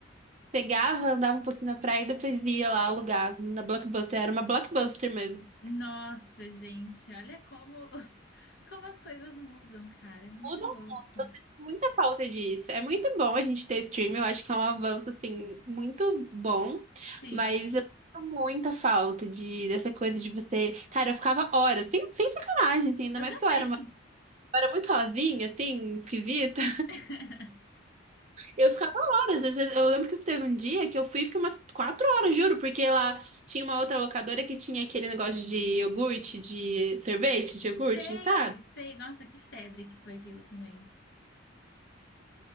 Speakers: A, on the right; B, on the left.
A: pegava, andava um pouquinho na praia e depois ia lá alugar na Blockbuster. Era uma Blockbuster mesmo.
B: Nossa, gente, olha como, <laughs> como as coisas mudam, cara, é muito
A: Mudam
B: louco.
A: muito, eu sinto muita falta disso. É muito bom a gente ter streaming, eu acho que é um avanço, assim, muito bom,
B: Sim,
A: mas eu sinto muita falta de, dessa coisa de você. Cara, eu ficava horas, sem, sem sacanagem, assim, ainda
B: eu
A: mais
B: também.
A: que eu era uma. eu era muito sozinha, assim, esquisita.
B: <laughs>
A: Eu ficava horas. às vezes- Eu lembro que teve um dia que eu fui e fiquei umas quatro horas, juro, porque lá tinha uma outra locadora que tinha aquele negócio de iogurte, de sorvete, de iogurte,
B: Sei,
A: sabe?
B: sei, nossa, que febre que foi aquilo também.